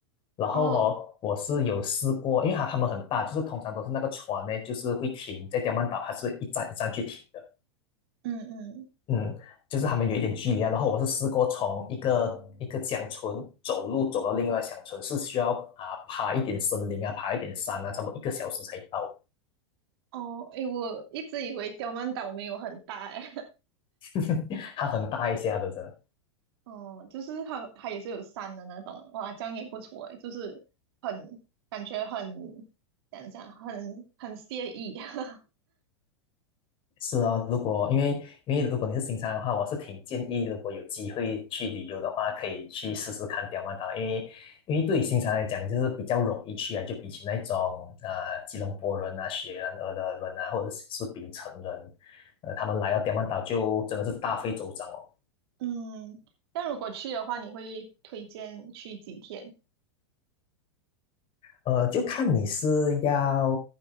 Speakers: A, on the left (about 35°); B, on the right (about 60°).
A: 然后哦，
B: 哦，
A: 我是有试过，因为它它们很大，就是通常都是那个船呢，就是会停在刁曼岛，它是一站一站去停的。
B: 嗯嗯，
A: 嗯，就是他们有一点距离啊。然后我是试过从一个一个乡村走路走到另外一个乡村，是需要啊爬一点森林啊，爬一点山啊，差不多一个小时才到。
B: 哦，诶，我一直以为刁曼岛没有很大诶，
A: <laughs> 它很大一下的，真的
B: <laughs> 哦，就是它它也是有山的那种，哇，这样也不错诶，就是很感觉很怎样讲，很很惬意。<laughs>
A: 是啊，如果因为因为如果你是新山的话，我是挺建议，如果有机会去旅游的话，可以去试试看刁曼岛，因为因为对于新山来讲，就是比较容易去啊，就比起那种啊，吉隆坡人啊、雪兰莪的人啊，或者是槟城人，呃，他们来到刁曼岛就真的是大费周章哦。
B: 嗯，那如果去的话，你会推荐去几天？
A: 呃，就看你是要